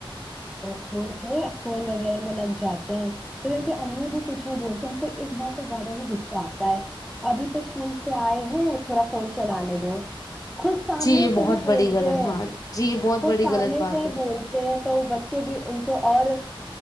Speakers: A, in the centre; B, on the left.
A: چھوڑ کے یا فون وغیرہ میں لگ جاتے ہیں پھر ان کے امی بھی کچھ نہیں بولتے ہم کو ایک بات سے زیادہ ہی غصہ آتا ہے ابھی تو اسکول سے آئے ہیں تھوڑا فون چلانے دو خود سامنے
B: جی یہ
A: سے
B: بہت
A: ہی بولتے
B: بڑی غلط
A: ہیں
B: ہاں جی یہ بہت
A: خود
B: بڑی
A: سامنے
B: غلط بات
A: سے ہی
B: ہے
A: بولتے ہیں تو بچے بھی ان اور